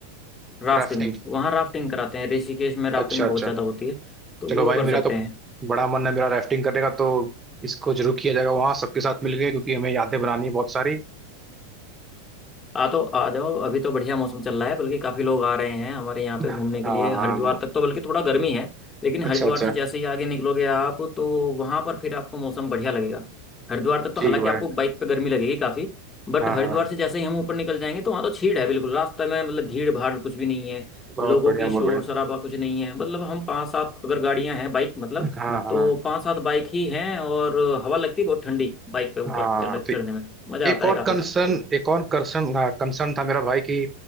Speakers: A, on the left; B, on the right.
A: राफ्टिंग
B: राफ्टिंग
A: वहाँ राफ्टिंग कराते हैं ऋषिकेश में राफ्टिंग
B: अच्छा अच्छा
A: बहुत ज्यादा होती है तो
B: चलो
A: वो
B: भाई
A: कर
B: मेरा
A: सकते
B: तो
A: हैं
B: बड़ा मन है मेरा राफ्टिंग करने का तो इसको जरूर किया जाएगा वहाँ सबके साथ मिल गए क्योंकि हमें यादें बनानी है बहुत सारी
A: आ तो आ जाओ अभी तो बढ़िया मौसम चल रहा है बल्कि काफी लोग आ रहे हैं हमारे यहाँ पे
B: हाँ
A: घूमने के
B: हाँ,
A: लिए
B: हाँ।
A: हरिद्वार
B: हाँ।
A: तक तो बल्कि थोड़ा गर्मी है लेकिन
B: अच्छा
A: हरिद्वार
B: अच्छा
A: से जैसे ही आगे निकलोगे आप तो वहां पर फिर आपको मौसम बढ़िया लगेगा हरिद्वार तक तो
B: ठीक
A: हालांकि
B: है भाई
A: आपको बाइक पे गर्मी लगेगी काफी बट
B: हाँ
A: हरिद्वार
B: हाँ
A: से जैसे ही हम ऊपर निकल जाएंगे तो वहां तो छीड़ है बिल्कुल रास्ते में मतलब भीड़ भाड़ कुछ भी नहीं है
B: बहुत
A: लोगों
B: बढ़िया
A: की
B: बहुत
A: शोर
B: बढ़िया
A: शराबा कुछ नहीं है मतलब हम पांच सात अगर गाड़ियां हैं बाइक मतलब
B: हाँ हाँ
A: तो पांच सात बाइक ही हैं और हवा लगती है बहुत ठंडी बाइक पे ऊपर
B: हाँ
A: चढ़
B: तो
A: चढ़ने में मजा
B: एक
A: आता है
B: और
A: काफी
B: कंसर्न एक और कंसर्न हाँ, कंसर्न था मेरा भाई कि